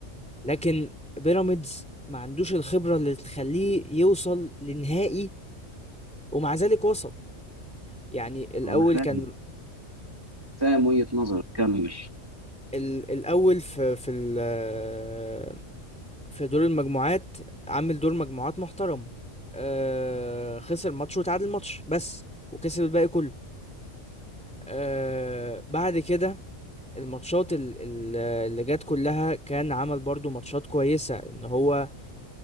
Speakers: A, in the centre; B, on the right (about 15°).
A: لكن بيراميدز ما عندوش الخبرة اللي تخليه يوصل لنهائي ومع ذلك وصل يعني الأول
B: أنا فاهم
A: كان
B: فاهم وجهة نظرك كمل
A: ال- الأول في في ال- في دور المجموعات عامل دور مجموعات محترم آه، خسر ماتش وتعادل ماتش بس وكسب الباقي كله آه، بعد كده الماتشات ال- ال- اللي جت كلها كان عمل برضو ماتشات كويسة ان هو